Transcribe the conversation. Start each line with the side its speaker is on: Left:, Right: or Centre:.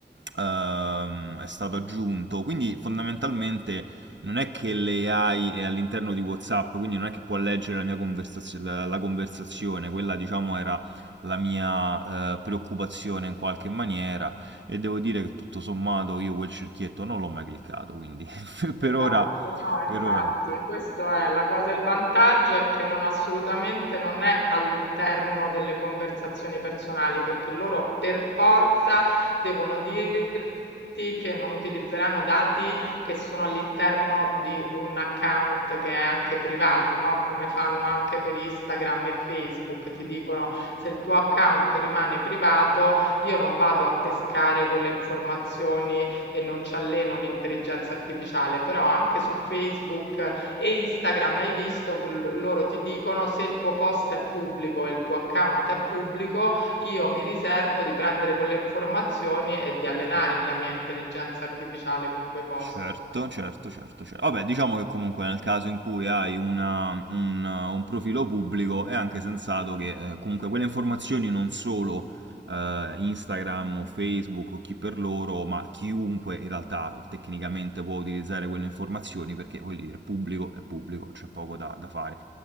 Right: ehm, è stato aggiunto, quindi fondamentalmente non è che l'AI è all'interno di WhatsApp, quindi non è che può leggere la mia conversazio- la, la conversazione, quella diciamo era la mia eh, preoccupazione in qualche maniera e devo dire che tutto sommato io quel cerchietto non l'ho mai cliccato, quindi <laughs> per
Left: Esatto,
Right: ora,
Left: no, infatti,
Right: per ora,
Left: questo è la cosa, il vantaggio è che non assolutamente non è all'interno delle conversazioni personali, perché loro per forza devono dirti che non utilizzeranno dati che sono all'interno di un account che è anche privato, no? Come fanno anche per Instagram e Facebook, ti dicono se il tuo account rimane privato, io non vado a pescare con le informazioni e non ci alleno l'intelligenza artificiale, però anche su Facebook e Instagram hai visto, quel- loro ti dicono se il tuo post è pubblico e il tuo account è pubblico, io mi riservo di prendere quelle informazioni e di allenare
Right: certo.
Left: la mia intelligenza artificiale con quei post.
Right: Certo, certo, certo, certo. Vabbè, diciamo che comunque nel caso in cui hai una- un, un profilo pubblico è anche sensato che eh, comunque quelle informazioni non solo eh, Instagram o Facebook o chi per loro, ma chiunque in realtà tecnicamente può utilizzare quelle informazioni perché voglio dire, pubblico è pubblico, c'è poco da da fare.